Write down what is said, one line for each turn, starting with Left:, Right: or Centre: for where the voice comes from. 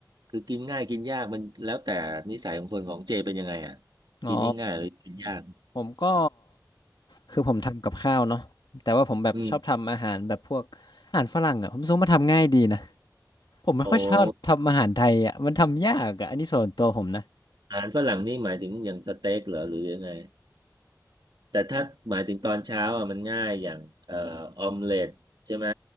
Right: คือกินง่ายกินยากมันแล้วแต่นิสัยของคนของเจเป็นยังไงอ่ะ
Left: อ๋อ
Right: กินง่ายๆหรือกินยาก
Left: ผมก็คือผมทำกับข้าวเนาะแต่ว่าผมแบบชอบทำอาหารแบบพวกอาหารฝรั่งอ่ะผมรู้สึกว่ามันทำง่ายดีนะ
Right: อืม
Left: ผมไม่ค่อยชอบทำอาหารไทยอ่ะมันทำยากอ่ะอันนี้ส่วนตัวผมนะ
Right: โอ้อาหารฝรั่งนี่หมายถึงอย่างสเต็กเหรอหรือยังไงแต่ถ้าหมายถึงตอนเช้าอ่ะมันง่ายอย่างเอ่อออมเล็ตใช่ไหม